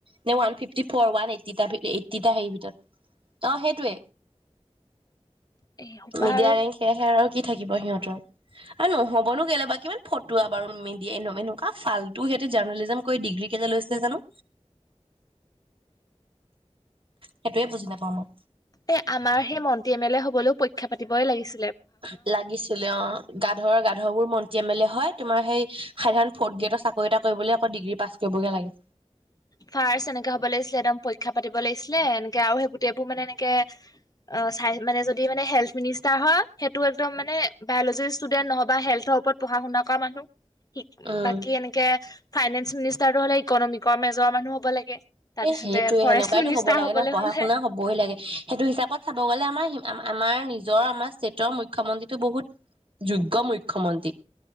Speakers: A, on the right (about 50°); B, on the left (about 35°).
A: নে ওৱান ফিফটি ফ'ৰ ৱান এইটটিটা এইটটিটা হেৰিৰ ভিতৰত অ সেই এইটোৱে
B: এ সোপা
A: মিডিয়াৰে
B: আৰু
A: সেয়া আৰু কি থাকিব সিহঁতৰ আৰু নহ'বনো কেলোবা কিমান ফতুয়া বাৰু মিন দিয়ে এনম এনেকুৱা ফালতু সিহঁতে জাৰ্নেলিজম কৰি ডিগ্ৰী কেইটা লৈছিলে জানো। সেইটোয়ে বুজি নাপাওঁ মই
B: এ আমাৰ সেই মন্ত্ৰী এম এল এ হ'ব হলেও পৰীক্ষা পাতিবই লাগিছিল।
A: আহ লাগিছিলে অ গাধৰ গাধ বোৰ মন যি এম এল এ হয় তোমাৰ সেই সাধাৰণ ফৰ্থ গ্ৰেডৰ চাকৰি এটা কৰিবলৈ আকৌ ডিগ্ৰী পাছ কৰিবগে লাগে।
B: ফাৰ্ষ্ট এনেকে হ'ব লাগিছিলে একদম পৰীক্ষা পাতিব লাগিছিলে এনেকে আৰু সেই গোটেইবোৰ মানে এনেকে অ চাই মানে যদি মানে হেল্থ মিনষ্টাৰ হয় সেইটো একদম মানে বায়লজিৰ ষ্টুডেণ্ট নহয় বা হেল্থৰ ওপৰত পঢ়া শুনা কৰা মানুহ ঠিকেই
A: উম
B: বাকি এনেকে ফাইনেন্স মিনষ্টাৰটো হলে ইকনমিকৰ মেজৰ জ্বৰ মানুহ হ'ব লাগে। তাৰপিছতে
A: এইটোয়ে
B: ফৰেষ্ট
A: সেনেকুৱাইটো
B: মিনিষ্টাৰ
A: হ'ব লাগে
B: হবলৈ
A: ন' পঢ়া
B: হ'লে
A: শুনা হবই লাগে সেইটো হিচাপত চাব গ'লে আমাৰ হি আমা আমাৰ নিজৰ আমাৰ ষ্টেটৰ মুখ্যমন্ত্ৰীটো বহুত যোগ্য মুখ্যমন্ত্ৰী।